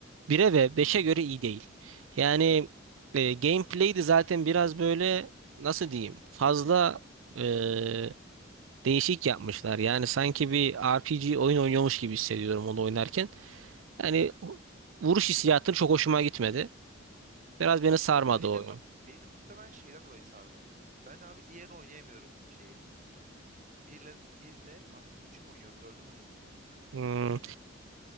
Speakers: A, on the right (about 80°); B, on the right (about 40°).
A: 1'e ve beşe göre iyi değil. Yani e, gameplay de zaten biraz böyle nasıl diyeyim fazla e, değişik yapmışlar. Yani sanki bir RPG oyun oynuyormuş gibi hissediyorum onu oynarken. Yani vuruş hissiyatı çok hoşuma gitmedi. Biraz beni sarmadı
B: Benim, benim
A: o
B: de tam
A: oyun.
B: benim muhtemelen şeyden dolayı sardı. Ben abi diğerini oynayamıyorum şeyi. Birle, birle artık üçü mü oynuyorum, dördü mü oynuyorum hatırlamıyorum. Bir
A: Hmm,
B: saniye bakayım.